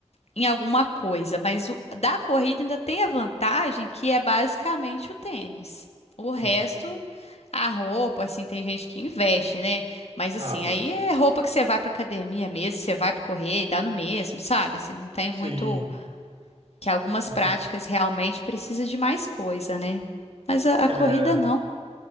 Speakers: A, on the left; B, on the right.
A: em alguma coisa, mas o, da corrida ainda tem a vantagem que é basicamente o tênis. O resto,
B: Uhum.
A: a roupa, assim, tem gente que investe, né? Mas assim,
B: Ah,
A: aí
B: não.
A: é roupa que você vai pra academia mesmo, você vai pra correr e dá no mesmo, sabe? Assim, não tem
B: Sim.
A: muito que algumas
B: Muita,
A: práticas realmente precisa de mais coisa, né? Mas a a
B: é,
A: corrida não.